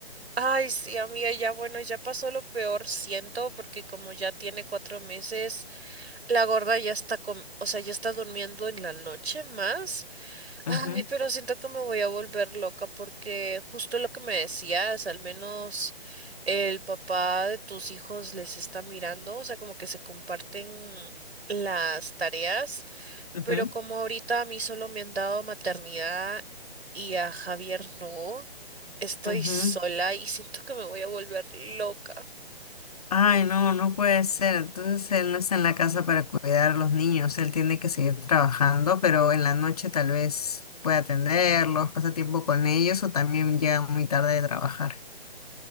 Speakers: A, on the right; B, on the left.
A: Ay, sí, amiga, ya bueno, ya pasó lo peor, siento, porque como ya tiene cuatro meses, La gorda ya está com- o sea, ya está durmiendo en la noche más. Ay,
B: Ujú,
A: pero siento que me voy a volver loca porque justo lo que me decías, al menos el papá de tus hijos les está mirando, o sea, como que se comparten las tareas,
B: ujú,
A: pero como ahorita a mí solo me han dado maternidad y a Javier no, estoy
B: ujú.
A: sola y siento que me voy a volver loca.
B: Ay, no, no puede ser. Entonces él no está en la casa para cuidar a los niños. Él tiene que seguir trabajando, pero en la noche tal vez pueda atenderlos, pasa tiempo con ellos o también llega muy tarde de trabajar.